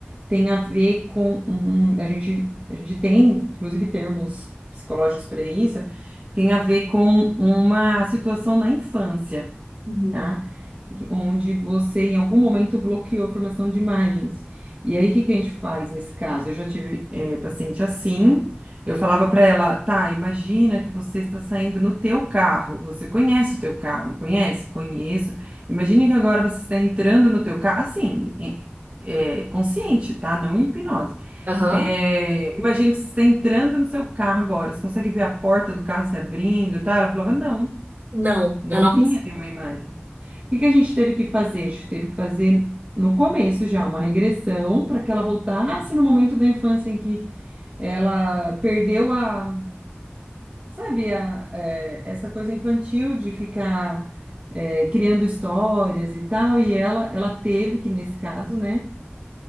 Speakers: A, on the right (about 35°); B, on the right (about 55°).
A: tem a ver com um, a gente, a gente tem, inclusive, termos psicológicos para isso, que tem a ver com uma situação na infância.
B: Uhum.
A: tá? E Onde você, em algum momento, bloqueou a formação de imagens. E aí, o que que a gente faz nesse caso? Eu já tive eh, paciente assim, eu falava para ela, tá, imagina que você está saindo no teu carro, você conhece o teu carro, não conhece? Conheço. Imagine que agora você está entrando no teu carro, assim, em- eh, consciente, tá? Não em hipnose.
B: Aham.
A: Eh, imagina que você está entrando no seu carro agora, você consegue ver a porta do carro se abrindo tá Ela falava, não,
B: Não,
A: não
B: eu não
A: vinha
B: consigo.
A: nenhuma imagem. O que que a gente teve que fazer? A gente teve que fazer no começo já uma regressão para que ela voltasse no momento da infância em que ela perdeu a, sabe, a, é, essa coisa infantil de ficar é, criando histórias e tal. E ela, ela teve que, nesse caso, né,